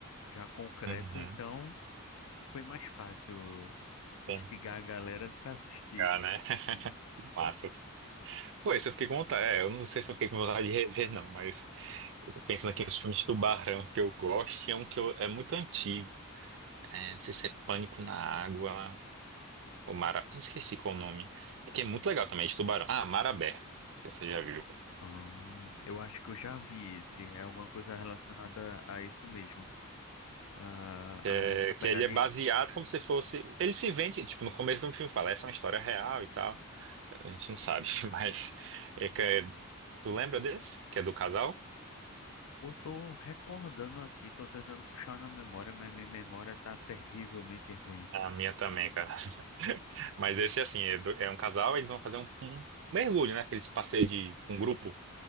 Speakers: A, on the left; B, on the right.
A: já concreto,
B: Uhum.
A: então foi mais fácil instigar
B: Tem que
A: a galera para assistir.
B: ficar, né? <laughs> Massa. Pô, isso eu fiquei com vontade. É, eu não sei se eu fiquei com vontade de rever, não, mas eu tô pensando aqui nos filmes de tubarão que eu gosto e é um que eu- é muito antigo. É, não sei se é Pânico na Água. O Mara... ah, Esqueci qual o nome. Que é muito legal também, de tubarão. Ah, Mar Aberto. Não sei se você já viu.
A: Ah, eu acho que eu já vi esse. É alguma coisa relacionada a isso mesmo. Ah,
B: Que, é-
A: a essa
B: que
A: pegada.
B: ele é baseado
A: E
B: como se fosse. Ele se vende, tipo, no começo do filme fala, essa é uma história real e tal. A gente não sabe, <laughs> mas. É que é- Tu lembra desse? Que é do casal?
A: eu tô recordando aqui, tô tentando puxar na memória, mas minha memória tá terrivelmente ruim.
B: A minha também, cara. <laughs> Mas esse, assim, é, do- é um casal, eles vão fazer um, um mergulho, né? Aqueles passeios de um grupo.